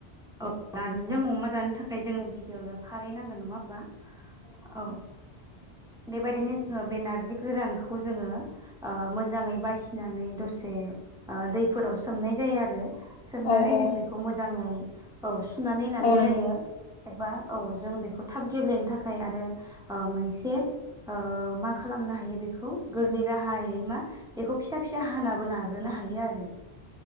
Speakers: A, in the centre; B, on the left.
A: औ नारजिजों अमा जानो थाखाय जोंनो गिबियावनो खारै नांगोन नङा हबा? औ
B: <inaudible>
A: बेबायदिनो जोङो बे नारजि गोरानखौ जोङो मोजाङै बासिनानै दसे दैफोराव सोमनाय जायो आरो सोमनानै
B: औ औ
A: जों बेखौ मोजाङै औ सुनानै लानाय
B: औ नंगौ
A: जायो एबा औ जों बेखौ थाब गेब्लेनो थाखाय आरो ओ मोनसे ओ मा खालामनो हायो बेखौ गोरलै राहायै मा बेखौ फिसा फिसा हानाबो लाग्रोनो हायोआरो